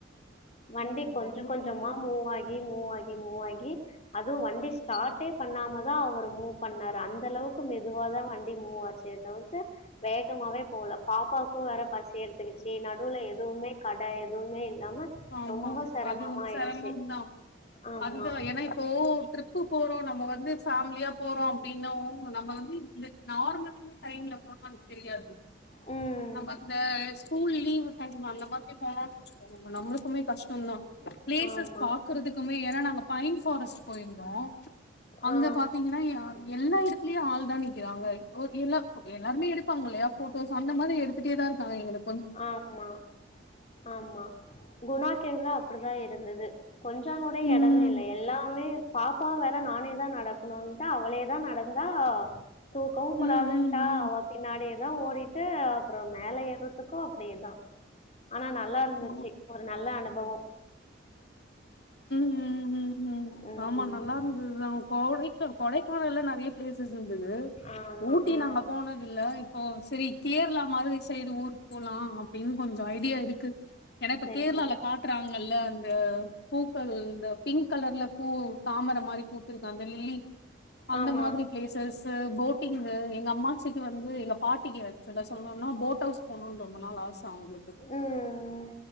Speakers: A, on the left (about 35°); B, on the left (about 60°).
A: வண்டி
B: ஓ
A: கொஞ்சோ
B: அவ்ளோ
A: கொஞ்சோமா
B: தூரோ
A: மூவாகி மூவாகி மூவாகி ஆ து வண்டி ஸ்டார்ட்டே
B: ம்
A: பண்ணாம தா அவர் மூவ் பண்ணார் அந்த அளவுக்கு மெதுவா தா வண்டி மூவாச்சுதவிர்த்து வேகமாவே போகல பாப்பாவுக்கு வேற பசி எடுத்துக்கிச்சு நடுவுல எதுவுமே கட எதுவுமே இல் இல்லாம
B: ஆமா
A: ரொம்ப செரமமா
B: அது ஒரு
A: ஆயிடுச்சு
B: செரமம் தா
A: ஆமா
B: அதுதா ஏன்னா இப்போ ட்ரிப்பு போறோ நம்ம வந்து ஃபேமிலியா போறோ அப்படின்னு நம்ம வந்து இந்த நார்மலான டைம்ல போன நமக்கு தெரியாது
A: ம்.
B: நம்ப இந்த ஸ்கூல் லீவு கணு அந்த மாதிரி போநோனு வச்சுக்கோங்க நம்மளுக்குமே கஷ்டோதா ப்ளேசஸ்
A: ஆமா.
B: பாக்குறதுக்குமே ஏன்னா நாங்க பைன் ஃபாரஸ்ட் போயிருந்தோ அங்க
A: ஆ.
B: பாத்தீங்கன்னா எல்லா இடத்துலயு ஆள்தா நிக் றாங்க ஒ எல்லா எல்லாருமே எடுப்பாங்க இல்லையா ஃபோட்டோஸ் அந்த மாதிரி எடுத்துட்டே தா இருக்காங்க எங்களு
A: ஆமா ஆமா குணா கேவ்ல அப்டிதா இருந்தது கொஞ்சோ கூட
B: ம்
A: எடமே இல்ல எல்லாமே பாப்பாவு வேற நானே தா நடக்கணும்ன்ட்டா அவளேதா நடந்தா தூக்கவு கூடாதுட்டா
B: ம் ம் ம்
A: அவ பின்னாடியேதா ஓடிட்டு அப்றோ மேல ஏற் த்துக்கு அப்டேதா ஆனா நல்லா இருந்துச்சு
B: ஓ,
A: ஒரு நல்ல அனுபவோ
B: உம் ம்ம்
A: ம்.
B: ஆமா நல்லா இருந்துதுதா கோடைக்க கொடைக்கானல்ல நா ப்ளேசஸ் இருந்துது
A: ஆமா.
B: ஊட்டி
A: ஆ.
B: நாங்க போனது இல்ல ஓ சரி கேரளா மாறி சைடு ஊருக்கு போலா அப்டின்னு கொஞ்சோ ஐடியா இருக்கு ஏன்னா இப்ப
A: சரி,
B: கேரளால
A: சரி.
B: காட்டுறாங்கல்ல அந்த பூக்கள் இந்த பிங்க் கலர்ல பூ தாமர மாறி பூத்துருக்கு அந்த லில்லி அந்த
A: ஆமா.
B: மாதிரி ப்ளேசஸு போட்டிங்கு எங்க அம்மாசிக்கு வந்து எங்க பாட்டிகி சொல்லசொல்னுனா போட் ஹவுஸ் போனுன்னு ரொம்ப நாள் ஆ ச அவுங்களுக்கு
A: ம்.